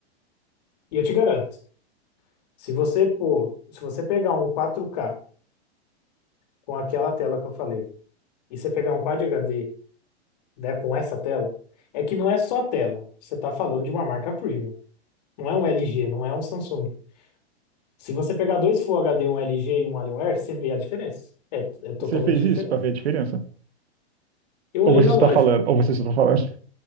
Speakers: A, on the left (about 35°); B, on the right (about 65°).
A: E eu te garanto, se você pôr, se você pegar um quatro k com aquela tela que eu falei, e você pegar um Quad HD né, com essa tela, é que não é só tela. Você está falando de uma marca premium. Não é um LG, não é um Samsung. Se você pegar dois Full HD, um LG e um Alienware, você vê a diferença. É, é totalmente
B: Você fez isso
A: diferente.
B: pra ver a diferença?
A: Eu olhei
B: Ou você
A: na
B: está
A: loja.
B: falando, ou você só está falando. <laughs>